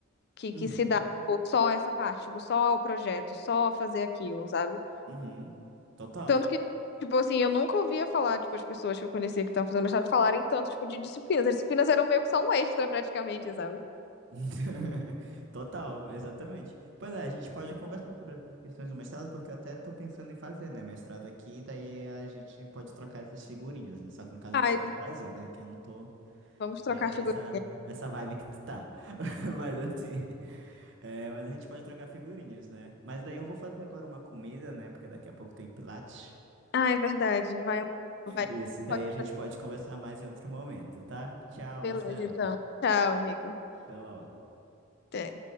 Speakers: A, on the left; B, on the right.
A: que,
B: Uhum.
A: que se dá, tipo, só essa parte, tipo, só o projeto, só fazer aquilo, sabe?
B: Uhum. Total.
A: Tanto que, tipo assim, eu nunca ouvia falar, tipo, as pessoas que eu conhecia que estavam fazendo mestrado falarem tanto, tipo, de disciplinas. As disciplinas eram meio que só um extra, praticamente, sabe?
B: <laughs> Total, exatamente. Pois é, a gente pode conversar sobre essas questões do mestrado, porque eu até tô pensando em fazer, né? Mestrado aqui, e daí a gente pode trocar essas figurinhas, né? Só que no caso
A: Ai,
B: eu vou fazer no Brasil, né? Que eu não tô
A: vamos trocar
B: ainda nessa,
A: figurinha.
B: nessa vibe que tu tá. <laughs> Mas assim. é, mas a gente pode trocar figurinhas, né? Mas daí eu vou fazer agora uma comida, né? Porque daqui a pouco tem Pilates.
A: Ah, é verdade. Vai, vai.
B: Isso, daí
A: Pode
B: a gente
A: fazer.
B: pode conversar mais em outro momento, tá? Tchau,
A: Beleza,
B: Marcela.
A: então. Tchau, amigo.
B: Até logo.
A: Até.